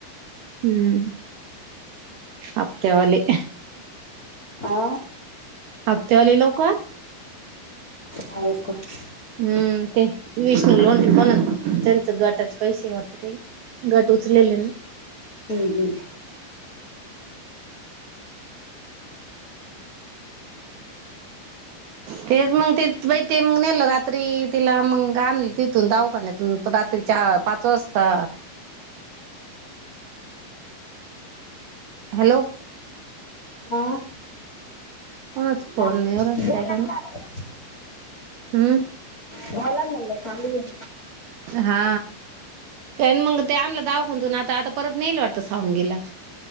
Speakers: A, on the right; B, on the left.
A: हम्म. हप्त्याव आले.
B: हां.
A: हफ्त्या वाली लोक
B: हाय कुठं <unintelligible>
A: हम्म. ते विष्णू लोण कोण त्यांचं गाटाचे पैसे वाटत काही. घट उचले ना.
B: हम् हम्.
A: तेच मग तेई ते मग नेल रात्री तिला मग आणल तिथून दावाखान्यात रात्रीच्या पाच वाजता हॅलो?
B: हो.
A: कोणाचा फोन
B: बोला
A: नाही अरे काय करणार.
B: चालू आहे
A: हम्.
B: बोला म्हणलं चालू आहे.
A: हा. का मग ते आणलं दावाखोंतून आता आता परत नेलं वाटतं सावंगीला?